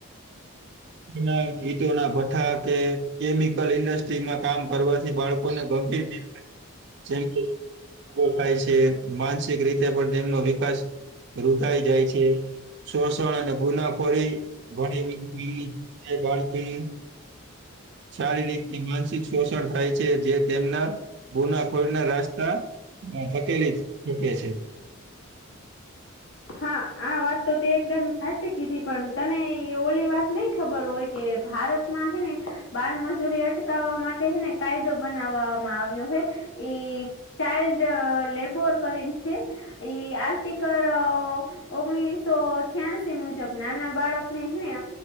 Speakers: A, on the right; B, on the left.
A: ના ગીતો ના ભથા કે કેમિકલ ઇન્ડસ્ટ્રીમાં કામ કરવાથી બાળકોને ગંભીર જે ઉભો થાય છે માનસિક રીતે પણ તેમનો વિકાસ રુધાઈ જાય છે શોષણ અને ગુનાખોરી ઘણી બાળકી શારીરિક કે માનસિક શોષણ થાય છે જે તેમના ગુના ખોળ ના રાસ્તા ધકેલી શકે છે.
B: હા આ વાત તો તે એકદમ સાચી કીધી પણ તને ઓલી વાત નઈ ખબર હોય કે ભારતમાં હેને બાળમજૂરી અટકાવવા માટેને કાયદો બનાવવામાં આવ્યો હ ઈ ચાઇલ્ડ લેબર કરીને છે ઈ આર્ટિકલ ઓગણીસો છ્યાસી મુજબ નાના બાળક હેને